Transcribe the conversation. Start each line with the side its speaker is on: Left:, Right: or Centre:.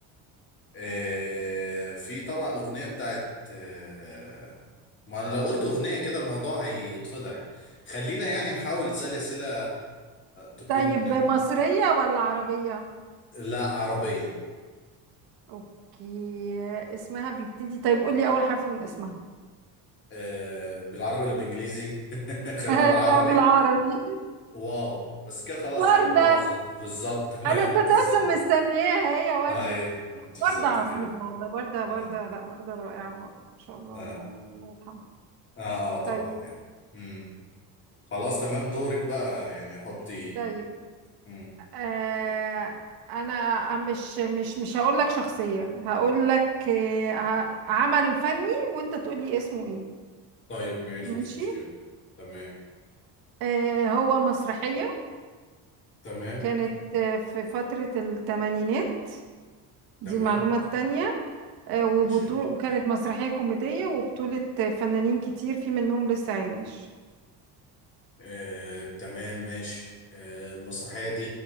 Left: آه، في طبعا اغنية بتاعت آه، ما انا لو قلت اغنية كده الموضوع هيتفضح خلينا يعني نحاول سلسلة تكون
Right: طيب مصرية ولا عربية
Left: لا عربية
Right: اوكي اسمها بيبتدي طيب قولي أول حرف من اسمها
Left: آه بالعربي ولا بالانجليزي <laughs> خلينا
Right: <laughs>
Left: بالعربي
Right: لا بالعربي
Left: واو بس كده خلاص
Right: وردة
Left: يعني الموضوع ز- بالظبط <laughs> تمام
Right: انا كنت
Left: بالظبط
Right: اصلا مستنياها هي وردة
Left: ايوه
Right: لا
Left: بالظبط
Right: وردة عظيمة
Left: كده
Right: والله وردة
Left: اه
Right: وردة لا وردة رائعة ما شاء الله
Left: اه
Right: عليها يعني الله يرحمها
Left: اه, آه طبعا
Right: طيب
Left: يعني مم. خلاص تمام دورك بقى يعني حطي
Right: طيب
Left: مم.
Right: آه انا مش مش مش هقول لك شخصية هقول لك آه ه- عمل فني وانت تقول لي اسمه ايه
Left: طيب ماشي
Right: ماشي
Left: مش مشكلة تمام
Right: آه هو مسرحية
Left: تمام
Right: كانت آه في فترة الثمانينات دي
Left: تمام
Right: المعلومة التانية آه وبطول
Left: ماشي
Right: وكانت مسرحية كوميدية وبطولة آه، فنانين كتير في منهم لسه عايش
Left: آه تمام ماشي آه المسرحية دي